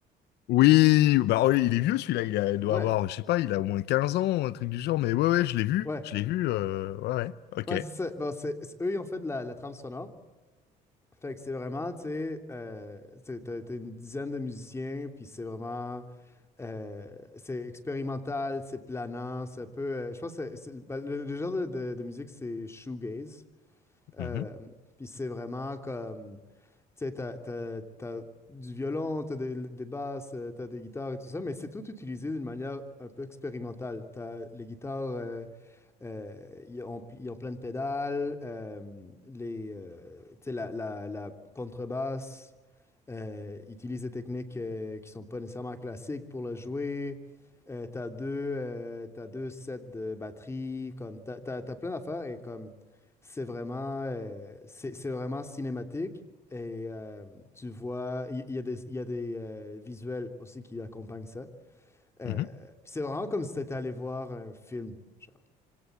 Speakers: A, on the left; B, on the left.
A: Oui, bah oui, il est vieux celui-là, il a- il doit
B: Ouais,
A: avoir, je sais pas, il a au moins 15 ans, un truc du genre, mais ouais, ouais, je l'ai vu,
B: ouais,
A: je l'ai vu, euh, ouais, ouais, ok.
B: ouais, c'est ça. Bon, c'est, c'est- eux ils ont fait de la, la trame sonore. Fait que c'est vraiment, tu sais, euh, t'sais, t'as, t'as une dizaine de musiciens, puis c'est vraiment, euh, c'est expérimental, c'est planant, c'est un peu, euh, je pense que c'est, c'est- ben, le, le genre de, de- de musique, c'est shoegaze. Euh,
A: Mhm,
B: puis c'est vraiment comme, tu sais, t'as, t'as- t'as du violon, t'as des, des basses, euh, t'as des guitares et tout ça, mais c'est tout utilisé d'une manière un peu expérimentale. T'as les guitares, euh, euh, ils, ont, ils ont plein de pédales, euh, les, euh, tu sais, la, la- la contrebasse euh, utilise des techniques euh, qui sont pas nécessairement classiques pour le jouer. Euh, t'as deux, euh, t'as deux sets de batterie, comme t'as, t'as- t'as plein d'affaires et comme c'est vraiment, euh, c'est, c'est vraiment cinématique et euh, tu vois, il il y, a des, il y a des euh, visuels aussi qui accompagnent ça. Euh,
A: mhm.
B: puis c'est vraiment comme si t'étais allé voir un film. genre.